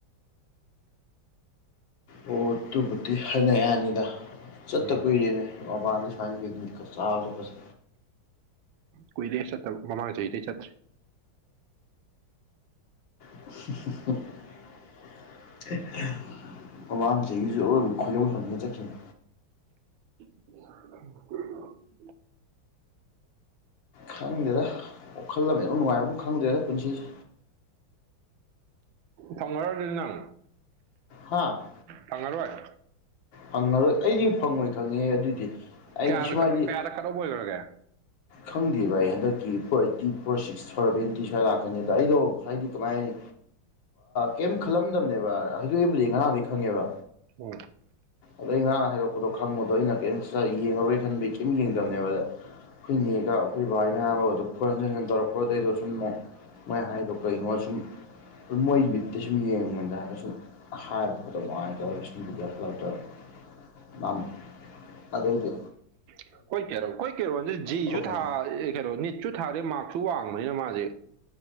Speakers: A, on the left (about 70°); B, on the right (about 75°).
A: ꯑꯣ ꯑꯗꯨꯕꯨꯗꯤ ꯍꯥꯏꯅ ꯌꯥꯅꯤꯗ ꯆꯠꯇ
B: ꯎꯝ
A: ꯀꯨꯏꯔꯦꯅꯦ ꯃꯄꯥꯟꯗ ꯁꯨꯃꯥꯏꯅ ꯄꯤꯛꯅꯤꯛꯀ ꯆꯥꯕ ꯆꯠꯄꯁꯦ
B: ꯀꯨꯏꯔꯦ ꯆꯠꯇꯕ ꯃꯃꯥꯡ ꯆꯍꯤꯗꯩ ꯆꯠꯇ꯭ꯔꯦ
A: <unintelligible> ꯃꯃꯥꯡ ꯆꯍꯤꯒꯤꯁꯨ ꯑꯔꯣꯏꯕ ꯈꯣꯏꯗꯧ ꯁꯝꯅ ꯆꯠꯈꯤꯕ
B: <inaudible>
A: ꯈꯪꯗꯦꯗ ꯋꯥꯈꯜ ꯑꯃ ꯏꯅꯨꯡ ꯅꯨꯡꯉꯥꯏꯕꯝꯒ ꯈꯪꯗ꯭ꯔꯦꯗ ꯄꯨꯟꯁꯤꯁꯦ
B: ꯐꯪꯉꯔꯣꯏ ꯑꯗꯨꯗꯤ ꯅꯪ
A: ꯍꯥꯥ
B: ꯐꯪꯉꯔꯣꯏ
A: ꯐꯪꯉꯔꯣꯏ ꯑꯩꯗꯤ ꯐꯪꯉꯣꯏ ꯈꯪꯉꯦ ꯑꯗꯨꯗꯤ ꯑꯩꯗꯤ
B: ꯀꯌꯥꯗ
A: ꯁꯨꯃꯥꯏꯗꯤ
B: ꯀꯠ ꯀꯌꯥꯗ ꯀꯠ ꯑꯣꯐ ꯑꯣꯏꯈ꯭ꯔꯒꯦ
A: ꯈꯪꯗꯦ ꯕꯥꯏ ꯑꯩ ꯍꯟꯗꯛꯀꯤ four eighty four six seventy ꯁ꯭ꯋꯥꯏ ꯂꯥꯛꯀꯅꯤꯗ ꯑꯩꯗꯣ ꯍꯥꯏꯗꯤ ꯀꯃꯥꯏ ꯍꯥꯏꯅꯤ ꯀꯩꯝ ꯈꯜꯂꯝꯗꯕꯅꯦꯕ ꯍꯩꯗꯣꯛꯏꯕꯨꯗꯤ ꯉꯔꯥꯡꯗꯒꯤ ꯈꯪꯉꯦꯕ
B: ꯎꯝ
A: ꯑꯗꯩ ꯉꯔꯥꯡ ꯍꯥꯏꯗꯣꯛꯔꯛꯄꯗꯣ ꯈꯪꯕꯗꯣ ꯑꯩꯅ ꯀꯦꯝꯇ ꯌꯦꯡꯉꯔꯣꯏ ꯈꯟꯕꯒꯤ ꯀꯦꯝ ꯌꯦꯡꯗꯕꯅꯦꯕꯗ ꯑꯩꯈꯣꯏ ꯅꯦꯒ ꯑꯩꯈꯣꯏ ꯕꯥꯏ ꯃꯌꯥꯝ ꯑꯃꯒ ꯑꯗꯨ ꯐꯣꯟ ꯍꯟꯖꯟ-ꯍꯟꯖꯟ ꯇꯧꯔꯛꯄ ꯑꯗꯩ ꯁꯨꯝ ꯑꯃꯨꯛ ꯃꯣꯏ ꯍꯥꯏꯗꯣ ꯀꯩꯅꯣ ꯁꯨꯝ ꯑꯗꯨ ꯃꯣꯏ ꯌꯨꯠꯇ ꯁꯨꯝ ꯌꯦꯡꯕꯗ ꯍꯥꯏꯐꯦꯠ ꯁꯨꯝ ꯍꯥꯠꯄꯗ ꯅꯨꯡꯉꯥꯏꯇꯕ ꯁꯨꯝ ꯕꯤꯠ ꯌꯥꯎꯁꯟꯂꯛ <unintelligible> ꯑꯗꯥꯎꯗꯤ
B: ꯑꯩꯈꯣꯏ ꯀꯦꯔꯧ ꯑꯩꯈꯣꯏ ꯀꯦꯔꯣꯟꯁꯦ ꯖꯤꯖꯨ
A: ꯈꯣꯡꯖꯟ
B: ꯊꯥ ꯀꯩꯅꯣ ꯅꯤꯠꯁꯨ ꯊꯥꯔꯦ ꯃꯥꯛꯁꯨ ꯋꯥꯡꯕꯅꯤꯅ ꯃꯥꯁꯦ